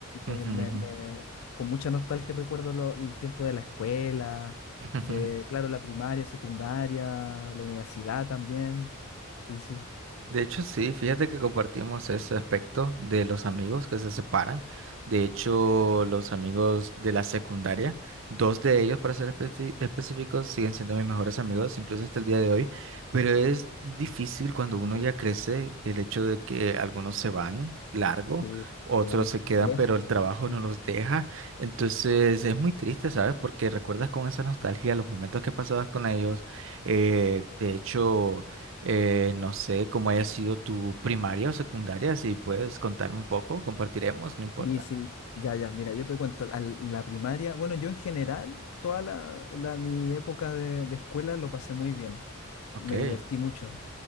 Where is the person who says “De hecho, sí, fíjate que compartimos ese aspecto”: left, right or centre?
Right